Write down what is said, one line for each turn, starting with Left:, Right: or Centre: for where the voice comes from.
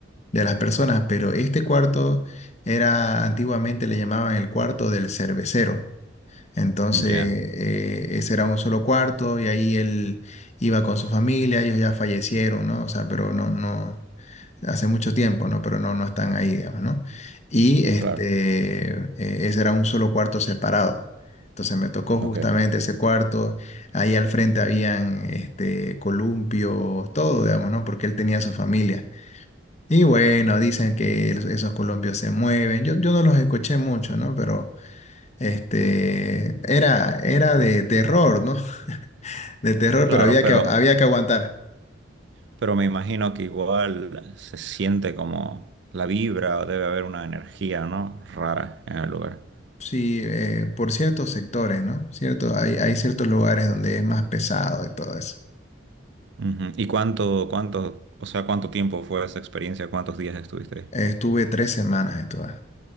Left: de las personas, pero este cuarto era antiguamente le llamaban el cuarto del cervecero. Entonces,
Right: Ya,
Left: eh, ese era un solo cuarto y ahí él iba con su familia, ellos ya fallecieron, ¿no? O sea, pero no, no, hace mucho tiempo, ¿no? Pero no, no están ahí, digamos, ¿no? Y este,
Right: claro,
Left: eh, ese era un solo cuarto separado. Entonces me tocó
Right: ok.
Left: justamente ese cuarto. Ahí al frente habían este, columpios, todo, digamos, ¿no? Porque él tenía su familia. Y bueno, dicen que el- esos columpios se mueven. Yo, yo no los escuché mucho, ¿no? Pero... Este, era, era de terror, ¿no? <laughs> De terror,
Right: Claro,
Left: pero había
Right: pero,
Left: que, había que aguantar.
Right: pero me imagino que igual se siente como la vibra, o debe haber una energía, ¿no? Rara en el lugar.
Left: Sí, eh, por ciertos sectores, ¿no? Cierto, hay, hay ciertos lugares donde es más pesado y todo eso.
Right: Ujú. ¿Y cuánto, cuánto, o sea, cuánto tiempo fue esa experiencia? ¿Cuántos días estuviste ahí?
Left: Eh, estuve tres semanas en todas.